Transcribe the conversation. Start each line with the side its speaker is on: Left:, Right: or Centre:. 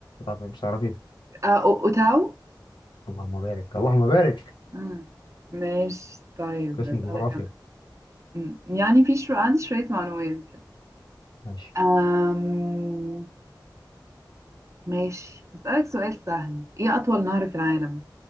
Left: طب مش هتعرفيها
Right: أه أو- أوتاو؟
Left: اللهم بارك اللهم بارك
Right: مم. ماشي طيب
Left: قسم
Right: بسألك
Left: جغرافيا
Right: أنا مم. يعني في شو عندي شوية معلومات كده
Left: ماشي
Right: أم... ماشي أسألك سؤال سهل إيه أطول نهر في العالم؟